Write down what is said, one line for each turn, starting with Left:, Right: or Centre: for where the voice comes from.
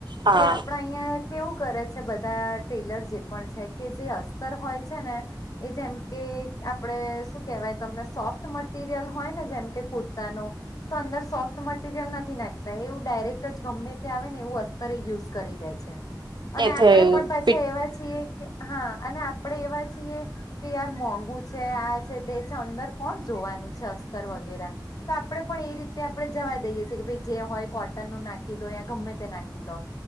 Right: હા
Left: તો આપણા અહિયાં કેવું કરે છે બધા ટેલર જે પણ છે કે જે અસ્તર હોય છે ને. એ જેમ કે આપણે શું કેહેવાય તમને સોફ્ટ મટીરિયલ હોય ને જેમ કે કુર્તાનો તો અંદર ફોક મટીરિયલ નથી નાખતા એવું ડાયરેક્ટ જ ગમે તે આવે ને એવું અસ્તરે યુઝ કરી દે છે.
Right: એ
Left: અને
Right: થ
Left: આપડે પણ
Right: <unintelligible>
Left: પાછા એવા છીએ કે હા અને આપણેે એવા છીએ. તે યાર મોંઘુ છે આ છે તે છે અંદર કોણ જોવાનું છે અસ્તર વગેરે. તો આપણે પણ એ રીતે આપણે જવાઈ દઈએ છી કે ભાઈ જે હોય કોટનનું નાખી દો યા ગમે તે નાખી દો.